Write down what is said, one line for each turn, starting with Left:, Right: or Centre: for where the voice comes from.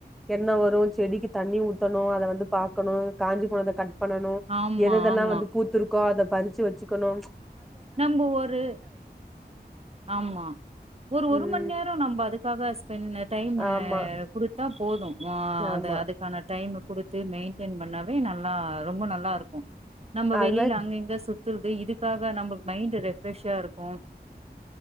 Centre: என்ன வரு செடிக்கி தண்ணி ஊத்தணு அத வந்து பாக்கணு காஞ்சு போனத கட் பண்ணணு
Right: ஆமா
Centre: எதுயெதெல்லா
Right: ஆமா
Centre: வந்து பூத்துருக்கோ அத பறுச்சு வெச்சுக்கணு
Right: நம்போ ஒரு ஆமா ஒரு ஒரு
Centre: ம்
Right: மண்நேரோ நம்ப அதுக் காக ஸ்பெண் டைம்
Centre: ஆமா
Right: குடுத்தா போது ஒ அந்த
Centre: ஆமா
Right: அது க்கான டைமு குடுத்து மெய்ன்டன் பண்ணாவே நல்லா ரொம்ப நல்லாருக்கு நம்ப
Centre: அது
Right: வெளில
Centre: மாரி
Right: அங்க இங்க சுத்துறது இதுக்காக நம்ப மைண்டு ரெஃப்ரெஷ்ஷாருக்கு